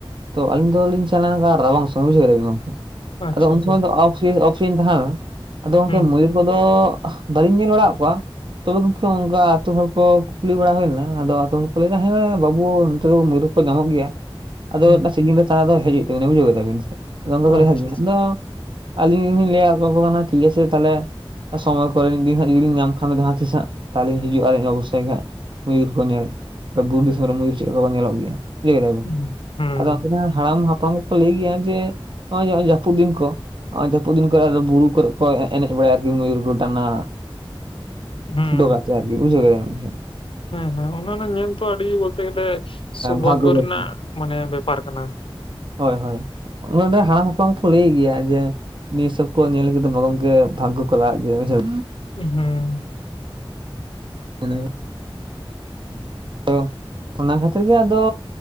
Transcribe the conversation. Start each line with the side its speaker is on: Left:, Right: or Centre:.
Right: ᱛᱚ ᱟᱹᱞᱤᱧ ᱫᱚᱞᱤᱧ ᱪᱟᱞᱟᱣ ᱠᱟᱱᱟ ᱨᱟᱵᱟᱝ ᱥᱚᱢᱚᱭ ᱨᱮ ᱵᱩᱡᱷᱟᱹᱣ ᱫᱮᱵ ᱜᱚᱝᱠᱮ,
Left: ᱟᱪᱪᱷᱟ
Right: ᱟᱫᱚ ᱩᱱ
Left: ᱟᱪᱪᱷᱟ
Right: ᱥᱚᱢᱚᱭ ᱫᱚ ᱚᱯᱷ ᱥᱤᱡᱤᱱ ᱚᱯᱷ ᱥᱤᱡᱤᱱ ᱛᱟᱦᱮᱸᱞᱮᱱᱟ᱾ ᱟᱫᱚ ᱜᱚᱝᱠᱮ
Left: ᱦᱩᱸ
Right: ᱢᱚᱭᱩᱨ ᱠᱚᱫᱚ ᱵᱟᱹᱞᱤᱧ ᱧᱮᱞ ᱵᱟᱲᱫ ᱟᱠᱟᱫ ᱠᱚᱣᱟ, ᱛᱚᱵᱮ ᱜᱚᱝᱠᱮ ᱚᱱᱠᱟ ᱟᱹᱛᱩ ᱦᱚᱲ ᱠᱚ ᱠᱩᱠᱞᱤ ᱵᱟᱲᱟ ᱦᱩᱭ ᱞᱮᱱᱟ ᱟᱫᱚ ᱡᱚᱛ ᱦᱚᱲ ᱠᱚ ᱞᱟᱹᱭᱫᱟ ᱦᱮᱸ ᱵᱟᱹᱵᱩ ᱱᱚᱛᱮ ᱫᱚ ᱢᱤᱨᱦᱩᱨ ᱠᱚᱠᱚ ᱧᱟᱢᱚᱜ ᱜᱮᱭᱟ ᱟᱫᱚ
Left: ᱦᱩᱸ
Right: ᱱᱟᱮᱱᱟᱜ ᱥᱟᱹᱜᱤᱧ ᱛᱟᱦᱮᱱ ᱫᱚ ᱦᱮᱢ ᱦᱩᱭᱩᱜ ᱛᱟᱵᱤᱱᱟ ᱵᱩᱡᱟᱹᱣᱟᱵᱤᱱ ᱥᱮ <unintelligible>
Left: ᱟᱪᱪᱷᱟ ᱟᱪᱪᱷᱟ
Right: ᱫᱚ ᱟᱹᱞᱤᱧ ᱦᱚᱞᱤᱧ ᱞᱟᱹᱭᱟ ᱟᱠᱚ ᱦᱚᱠᱚ ᱠᱟᱱᱟ ᱴᱷᱤᱠ ᱟᱪᱷᱮ ᱛᱟᱦᱚᱞᱮ, ᱥᱚᱢᱚᱭ ᱠᱚ ᱟᱨ ᱫᱤᱱ ᱦᱟᱸᱜ ᱡᱩᱫᱤᱞᱤᱧ ᱧᱟᱢ ᱠᱷᱟᱱ ᱫᱚ ᱡᱟᱦᱟᱸ ᱛᱤᱥ ᱦᱟᱸᱜ ᱛᱟᱦᱚᱞᱮᱧ ᱦᱤᱡᱩᱜᱼᱟ ᱟᱨᱧ ᱚᱵᱚᱥᱛᱟᱭ ᱦᱟᱸᱜ᱾ ᱢᱩᱭᱩᱨ ᱠᱚ ᱧᱮᱞ, ᱵᱩᱨᱩ ᱫᱤᱥᱚᱢ ᱨᱮ ᱢᱚᱭᱩᱨ ᱪᱮᱫ ᱞᱮᱠᱟ ᱠᱚ ᱧᱮᱞᱚᱜ ᱜᱮᱭᱟ ᱵᱩᱡᱟᱹᱣ ᱠᱮᱫᱟᱵᱤᱱ᱾
Left: ᱦᱩᱸ ᱦᱩᱸ
Right: ᱟᱫᱚ ᱚᱱᱛᱮ ᱦᱟᱸᱜ ᱦᱟᱲᱟᱢ ᱦᱟᱯᱲᱟᱢ ᱠᱚ ᱞᱟᱹᱭ ᱜᱮᱭᱟ ᱡᱮ ᱱᱚᱜᱼᱚᱭ ᱱᱚᱜᱚᱭ ᱡᱟᱹᱯᱩᱫ ᱫᱤᱱ ᱠᱚ ᱱᱚᱜ ᱚᱭ ᱡᱟᱹᱯᱩᱫᱤᱱ ᱠᱚᱨᱮ ᱵᱩᱨᱩ ᱠᱚᱨᱮ ᱠᱚ ᱮᱱᱮᱡ ᱵᱟᱲᱟᱭᱟ ᱟᱨᱠᱤ, ᱢᱚᱭᱩᱨ ᱠᱚ ᱰᱟᱱᱟ
Left: ᱦᱩᱸ
Right: ᱩᱰᱟᱹᱣ ᱠᱟᱛᱮ ᱟᱨᱠᱤ ᱵᱩᱡᱷᱟᱹᱣ ᱠᱮᱫᱟᱵᱤᱱ ᱥᱮ?
Left: ᱦᱮᱸ, ᱦᱮᱸ, ᱚᱱᱮ ᱚᱱᱟ ᱧᱮᱞ ᱛᱚ ᱟᱹᱰᱤ ᱵᱚᱞᱛᱮ ᱜᱮᱞᱮ ᱥᱳᱵᱷᱟᱜᱜᱚ
Right: ᱵᱷᱟᱜᱚ ᱨᱮ
Left: ᱨᱮᱱᱟᱜ ᱢᱟᱱᱮ ᱵᱮᱯᱟᱨ ᱠᱟᱱᱟ᱾
Right: ᱦᱳᱭ, ᱦᱳᱭ, ᱱᱚᱰᱮ ᱦᱟᱲᱟᱢ ᱦᱟᱯᱲᱟᱢ ᱠᱚ ᱞᱟᱹᱭ ᱜᱮᱭᱟ ᱡᱮ ᱱᱤᱭᱟᱹ ᱥᱚᱵ ᱠᱚ ᱧᱮᱞ ᱞᱟᱹᱜᱤᱫ ᱫᱚ ᱜᱚᱝᱠᱮ ᱵᱷᱟᱜ ᱠᱚ ᱠᱚᱨᱟᱣ ᱮᱫ ᱜᱮ ᱵᱩᱡᱷᱟᱹᱣ,
Left: ᱦᱩᱸ,
Right: ᱢ <unintelligible> ᱛᱚ ᱚᱱᱟ ᱠᱷᱟᱹᱛᱤᱨ ᱜᱮ ᱟᱫᱚ